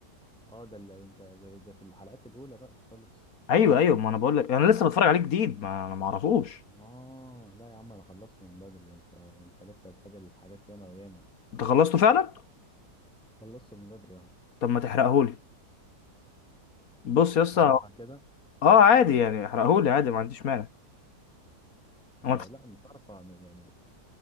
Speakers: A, in the centre; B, on the left (about 55°).
A: اه ده اللي انت ده, ده في الحلقات الأولى بقى خالص
B: ايوه ايوه ما انا بقول لك انا لسه بتفرج عليه جديد ما انا ما اعرفوش
A: اه لا يا عم انا خلصته من بدري ده انت انت لسه هتقابل حاجات ياما وياما
B: انت خلصته فعلا
A: خلصته من بدري اه
B: طب ما تحرقهولي بص يا
A: صريحة
B: اسطى
A: كده
B: اه عادي يعني احرقهولي عادي ما عنديش مانع
A: آه
B: هو الخ-
A: لا مش عارف أعمل- يعني